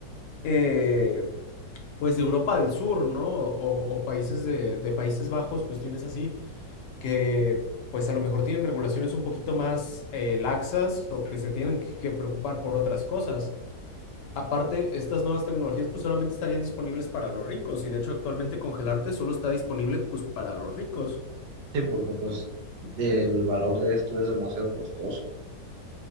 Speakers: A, on the left; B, on the right.
A: eh, pues de Europa del Sur, ¿no? O, o países de, de Países Bajos, cuestiones así, que pues a lo mejor tienen regulaciones un poquito más eh, laxas o que se tienen que preocupar por otras cosas. Aparte, estas nuevas tecnologías pues solamente estarían disponibles para los ricos y de hecho actualmente congelarte solo está disponible pues para los ricos.
B: Sí, porque pues el valor de esto es demasiado costoso.